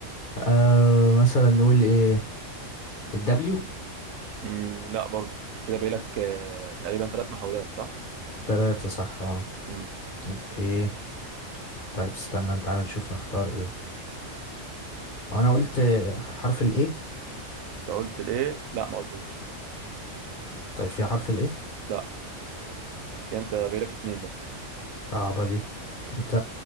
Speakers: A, on the left; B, on the right.
A: آه مثلا نقول ايه الدبليو
B: مم. لا برضو انت كده باقي لك آه تقريبا ثلاث محاولات صح؟
A: تلاتة صح اه
B: مم.
A: اوكي طيب استنى تعالى نشوف نختار ايه هو انا قلت حرف الايه
B: انت قلت الايه؟ لا ما قلتوش
A: طيب فيها حرف الايه
B: لا كده انت باقي لك اتنين بس
A: صعبة دي انت